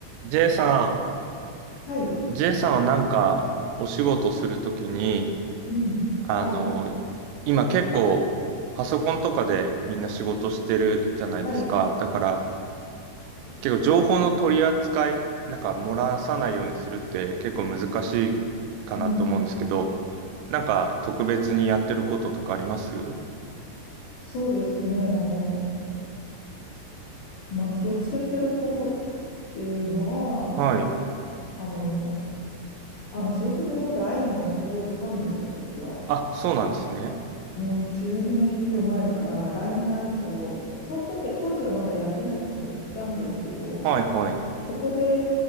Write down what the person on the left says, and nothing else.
はい、
うん。
はい、
はい。
うん。
そうですね。あの、まあ、気をつけてることっていうのは、
あの、あの仕事でも LINE をすごい使うんですよ、実は。
もう10年以上前から LINE ないと、その時は当時はまだやってない人もいたんですけど、
そこで